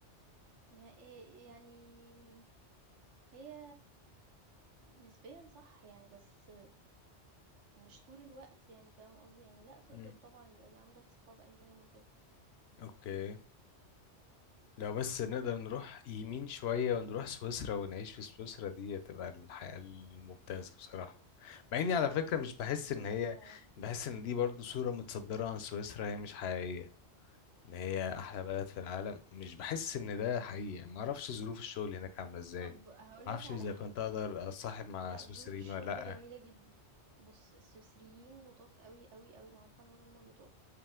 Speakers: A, on the right (about 80°); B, on the left (about 70°).
A: ما ي يعني هي نسبيًا صح يعني، بس مش طول الوقت يعني، فاهم قصدي؟ يعني لأ، تقدر
B: امم
A: طبعًا يبقى ل عندك صحاب ألمان وكده.
B: اوكي لو بس نقدر نروح يمين شوية
A: إمم.
B: ونروح سويسرا ونعيش في سويسرا دي هتبقى الحياة الممتازة بصراحة مع اني
A: آه،
B: على فكرة مش بحس
A: سويسرا
B: ان هي
A: جميلة أوي.
B: بحس ان دي برضو صورة متصدرة عن سويسرا هي مش حقيقية ان هي احلى بلد في العالم مش بحس ان ده حقيقي ما اعرفش ظروف الشغل هناك عامله ازاي
A: طب هقول
B: ما
A: لك
B: اعرفش
A: على
B: اذا
A: حاجة
B: كنت اقدر اصاحب مع
A: لا
B: سويسريين
A: ظروف الشغل
B: ولا لا
A: جميلة جدا بص السويسريين لطاف قوي قوي قوي معروف عنهم هم لطاف